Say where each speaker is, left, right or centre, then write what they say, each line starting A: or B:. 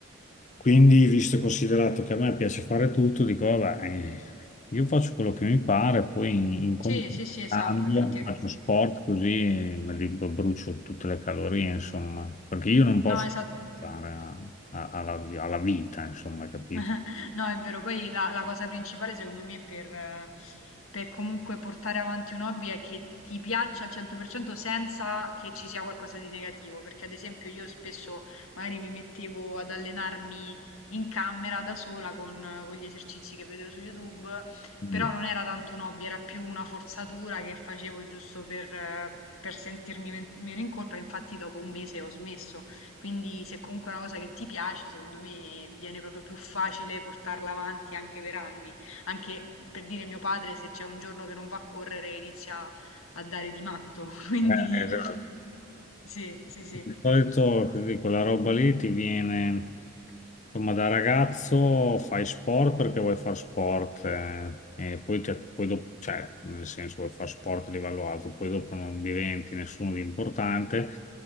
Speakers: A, on the left (about 35°); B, on the left (about 85°).
A: Quindi, visto e considerato che a me piace fare tutto, dico, vabbè, eh, io faccio quello che mi pare, poi in, in com-
B: Sì, sì, sì, esatto,
A: cambio,
B: infatti...
A: faccio sport così me li b- brucio tutte le calorie, insomma, perché io non posso
B: No, esatto.
A: stare a- a- alla, alla vita, insomma, capito?
B: <laughs> No, è vero. Poi la, la cosa principale, secondo me, per, eh, per comunque portare avanti un hobby è che ti piaccia al 100% senza che ci sia qualcosa di negativo. Perché, ad esempio, io spesso magari mi mettevo ad allenarmi in camera da sola con, con gli esercizi che vedevo su YouTube,
A: Mm.
B: però non era tanto un hobby, era più una forzatura che facevo giusto per. eh, Per sentirmi men- meno in colpa, infatti, dopo un mese ho smesso. Quindi se comunque è una cosa che ti piace, secondo me viene proprio più facile portarla avanti anche per anni. Anche per dire mio padre, se c'è un giorno che non va a correre, inizia a dare di matto. <laughs> Quindi
A: Eh, esatto.
B: sì, sì, sì,
A: Di solito così, quella roba lì ti viene, insomma, da ragazzo fai sport perché vuoi fare sport eh, e poi, ti- poi dopo, cioè, nel senso vuoi fare sport a livello alto, poi dopo non diventi nessuno di importante